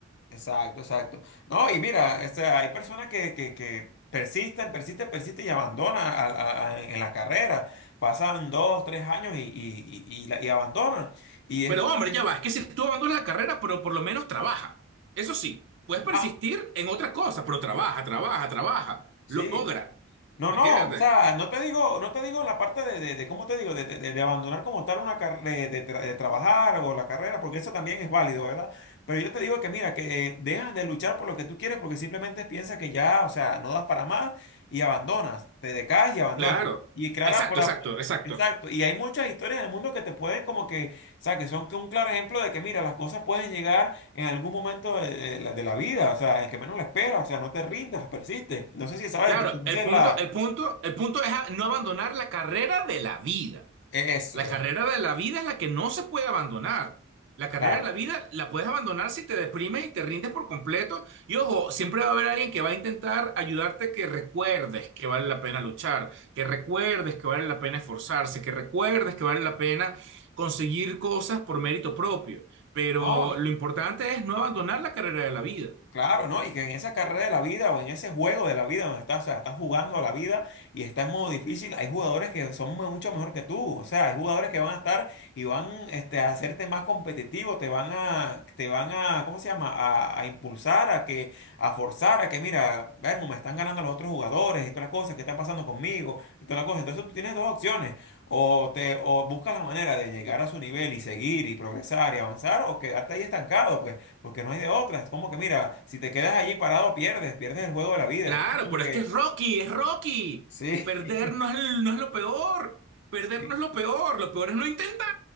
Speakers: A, on the left (about 60°); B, on the right (about 60°).
A: Exacto, exacto. No, y mira, o sea, hay personas que, que, que persisten, persisten, persisten y abandonan a- a- a- en la carrera. Pasan dos, tres años y, y, y, y la- y abandonan. Y es
B: Pero
A: como
B: hombre,
A: que,
B: ya va, es que si tú abandonas la carrera, pero por lo menos trabaja. Eso sí, puedes persistir
A: ah,
B: en otra cosa, pero trabaja, trabaja, trabaja,
A: sí,
B: logra.
A: No,
B: ¿Me
A: no,
B: entiendes?
A: o sea, no te digo, no te digo la parte de, de, de- ¿cómo te digo? De, de- de- de abandonar como tal una carrera, de, de tra- de trabajar o la carrera, porque eso también es válido, ¿verdad? Pero yo te digo que mira, que eh, dejas de luchar por lo que tú quieres porque simplemente piensas que ya, o sea, no das para más y abandonas, te decaes y abandonas.
B: Claro.
A: Y claro,
B: Exacto,
A: por, a-
B: exacto, exacto.
A: exacto, y hay muchas historias en el mundo que te pueden como que, o sea, que son un claro ejemplo de que mira, las cosas pueden llegar en algún momento de, de la, de la vida, o sea, en que menos la esperas, o sea, no te rindas, persiste. No sé si sabes,
B: Claro,
A: conoces
B: el punto,
A: la...
B: el punto, el punto es a- no abandonar la carrera de la vida.
A: Eso
B: La
A: es,
B: carrera de la vida es la que no se puede abandonar. La carrera
A: claro.
B: de la vida la puedes abandonar si te deprimes y te rindes por completo. Y ojo, siempre va a haber alguien que va a intentar ayudarte a que recuerdes que vale la pena luchar, que recuerdes que vale la pena esforzarse, que recuerdes que vale la pena conseguir cosas por mérito propio. Pero
A: ¿no?
B: lo importante es no abandonar la carrera de la vida.
A: Claro, ¿no? Y que en esa carrera de la vida o en ese juego de la vida donde estás, o sea, estás jugando a la vida y está en modo difícil, hay jugadores que son mu- mucho mejor que tú. O sea, hay jugadores que van a estar y van este, a hacerte más competitivo, te van a, te van a, ¿cómo se llama? A, a impulsar, a que, a forzar, a que, mira, Vermo, me están ganando los otros jugadores y todas las cosas, ¿qué está pasando conmigo? Y todas las cosas. Entonces tú tienes dos opciones. O te, o buscas la manera de llegar a su nivel y seguir y progresar y avanzar, o quedarte ahí estancado, pues. Porque no hay de otra. Es como que, mira, si te quedas allí parado, pierdes, pierdes el juego de la vida.
B: Claro,
A: Entonces, como
B: pero
A: que,
B: es que es Rocky, es Rocky.
A: sí,
B: Perder
A: <laughs>
B: no es, el- no es lo peor. Perder
A: sí,
B: no es lo peor. Lo peor es no intentar.